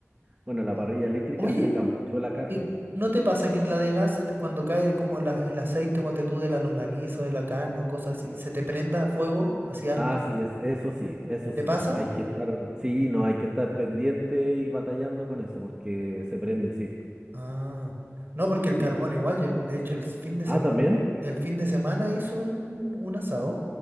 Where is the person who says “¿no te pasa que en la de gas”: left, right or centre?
Right